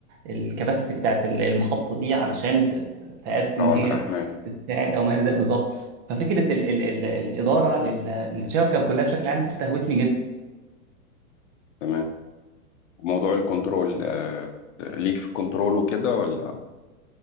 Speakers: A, on the right; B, on the left.
A: الكباستي بتاعت ال- المحطه دي علشان ت- ت- تأدي
B: روعة
A: ان هي
B: بالأحمال
A: تساعد او ما الى ذلك بالظبط ففكره ال ال ال الاداره لل- للشبكه كلها بشكل عام دي استهوتني جدا
B: تمام موضوع الكنترول آه، ليك في الكنترول وكده ولا